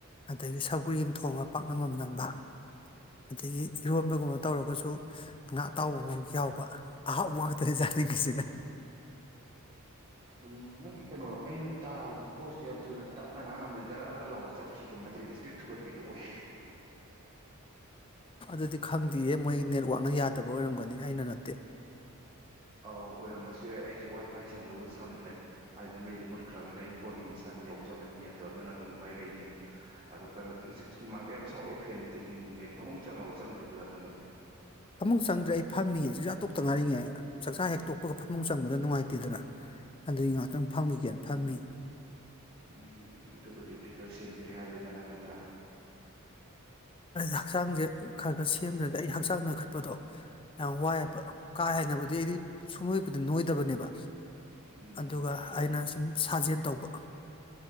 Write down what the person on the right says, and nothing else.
ꯎꯝ ꯅꯪꯒꯤ ꯀꯩꯅꯣ ꯑꯩꯅ ꯇꯥꯕꯗ ꯕꯣꯏꯁꯦ ꯌꯥꯝ ꯊꯨꯅ ꯇꯞꯅ ꯉꯥꯡꯉꯝꯕꯗ ꯖꯔꯔ ꯂꯥꯎꯅ ꯆꯠꯈꯤꯀꯃꯥꯏ ꯇꯧ ꯋꯤꯅꯣ ꯏꯁꯄꯤꯠ ꯊꯨꯒꯠꯄꯤꯗꯨ ꯑꯣꯏꯌꯦ
ꯑꯧ ꯑꯣꯏꯔꯝꯕꯁꯨ ꯌꯥꯏ ꯑꯩꯁꯨ ꯋꯥꯏ ꯐꯥꯏ ꯁꯝꯗꯧꯗ ꯁꯝꯗ꯭ꯔꯦ ꯍꯥꯏꯕꯗꯤ ꯃꯩꯗꯤ ꯃꯨꯠꯈ꯭ꯔꯕꯅꯤꯅ ꯑꯩ ꯐꯣꯟꯒꯤ ꯃꯁꯥꯒꯤ ꯌꯥꯎꯖꯕ ꯅꯦꯠꯇꯣ ꯑꯗꯨꯅ ꯑꯗꯨꯝ ꯄꯥꯏꯔꯛꯏꯅꯦ ꯑꯗꯣ ꯀꯩꯅꯣꯗꯤ ꯍꯧꯖꯤꯛ ꯍꯨꯃꯥꯡꯗ ꯌꯥꯝ ꯁꯥꯎꯑꯦ ꯐꯦꯟꯗꯤ ꯇꯦꯛꯅꯤꯡꯅꯦ ꯐꯃꯨꯡ ꯆꯪꯉꯕ ꯆꯪꯗ꯭ꯔꯤꯕ <unintelligible>
ꯎꯝ ꯑꯗꯨꯒꯕꯨꯗꯤ ꯐꯤꯒꯔ ꯁꯦꯝꯕꯤ ꯍꯥꯏꯔꯦꯗꯅ ꯅꯠꯇ꯭ꯔꯥ
ꯎꯝ